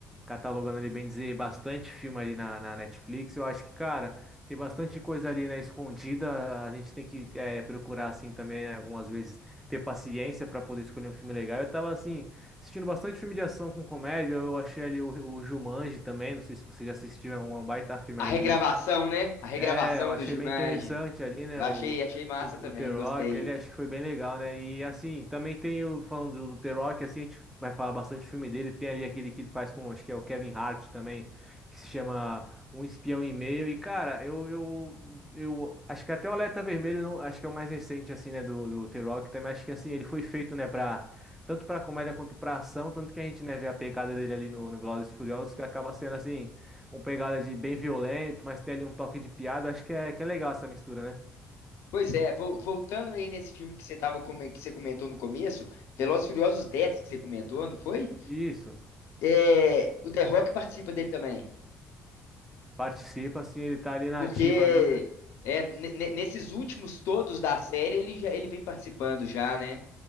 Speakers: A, in the centre; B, on the left.
A: catalogando ali, bem dizer, bastante filme ali na, na Netflix. Eu acho que, cara, tem bastante coisa ali, né, escondida. A gente tem que eh, procurar, assim, também, né, algumas vezes, ter paciência para poder escolher um filme legal. Eu tava, assim, assistindo bastante filme de ação com comédia. Eu achei ali o, o Jumanji também. Não sei se você já assistiu, é um, é um baita filme
B: A
A: ali
B: regravação, né? A regravação
A: é, eu achei
B: do Jumanji.
A: bem interessante ali, né?
B: Eu achei,
A: O,
B: achei massa
A: o,
B: também,
A: o The Rock,
B: gostei.
A: ele acho que foi bem legal, né? E assim, também tem o, falando do, do The Rock, assim, a gente vai falar bastante do filme dele. Tem ali aquele que ele faz com, acho que é o Kevin Hart também, que se chama Um Espião e Meio. E cara, eu, eu, eu acho que até o Alerta Vermelho, não, acho que é o mais recente, assim, né? Do, do The Rock também. Acho que assim, ele foi feito, né, pra. Tanto pra comédia quanto pra ação, tanto que a gente, né, vê a pegada dele ali no, no Velozes e Furiosos, que acaba sendo assim uma pegada de bem violento, mas tem ali um toque de piada. Acho que é, que é legal essa mistura, né?
B: Pois é, vol- voltando aí nesse filme que você tava, come- que você comentou no começo, Velozes e Furiosos 10 que você comentou, não foi?
A: Isso.
B: É, o The Rock participa dele também.
A: Participa, assim, ele tá ali na
B: Porque
A: ativa ali, né?
B: é, ne- ne- nesses últimos todos da série ele já ele vem participando já, né?